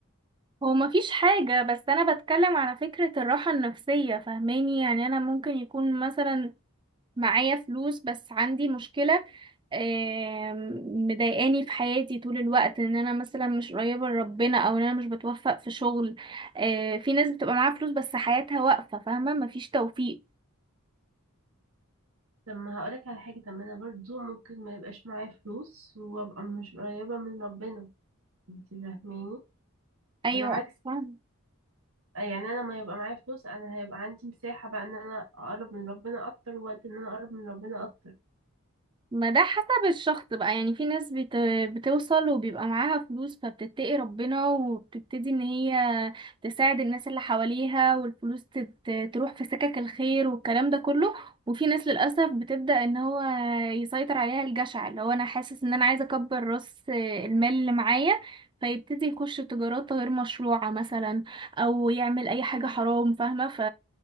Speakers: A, on the right; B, on the right.
A: هو مفيش حاجة بس أنا بتكلم على فكرة الراحة النفسية فاهماني يعني أنا ممكن يكون مثلا معايا فلوس بس عندي مشكلة آم، مضايقاني في حياتي طول الوقت ان انا مثلا مش قريبة لربنا او ان انا مش بتوفق في شغل آه، في ناس بتبقى معاها فلوس بس حياتها واقفة فاهمة مفيش توفيق
B: طب ما هقولك على حاجه طب ما انا برضو ممكن ما يبقاش معايا فلوس وابقى مش قريبه من ربنا انت فاهماني
A: ايوه
B: بالعكس
A: فاهمة.
B: يعني انا لما يبقى معايا فلوس انا هيبقى عندي مساحة بقى ان انا اقرب من ربنا اكتر ووقت ان انا اقرب من ربنا اكتر
A: ما ده حسب الشخص بقى يعني في ناس بت... بتوصل وبيبقى معاها فلوس فبتتقي ربنا وبتبتدي ان هي تساعد الناس اللي حواليها والفلوس تت... تروح في سكك الخير والكلام ده كله وفي ناس للأسف بتبدأ ان هو يسيطر عليها الجشع اللي هو انا حاسس ان انا عايزة اكبر راس المال اللي معايا فيبتدي يخش تجارات غير مشروعة مثلا او يعمل اي حاجة حرام فاهمة ف